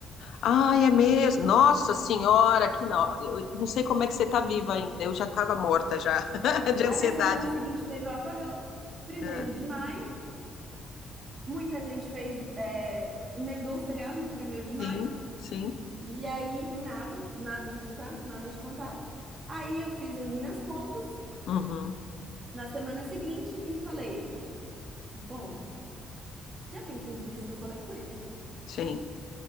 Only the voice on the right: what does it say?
É.
Aí
na semana seguinte teve o apagão, primeiro
de maio. Muita gente fez, é, emendou o feriado do primeiro de maio.
E aí, e nada, nada de contato, nada de contato. Aí eu fiz as minhas contas
na semana seguinte e falei. Bom, já tem 15 dias que eu falei com ele.